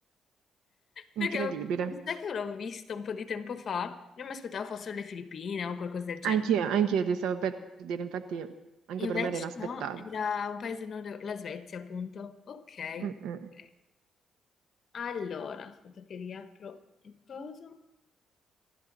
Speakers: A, on the right (about 80°); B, on the left (about 55°).
A: incredibile.
B: Perché mi sa che l'ho visto un po' di tempo fa. Io mi aspettavo fossero le Filippine o qualcosa del genere.
A: Anch'io, anch'io ti stavo per dire, infatti anche
B: Invece
A: per me era inaspettato.
B: no, era un paese nord, la Svezia, appunto. Ok.
A: Mm-mm.
B: ok. Allora, aspetta che riapro il coso.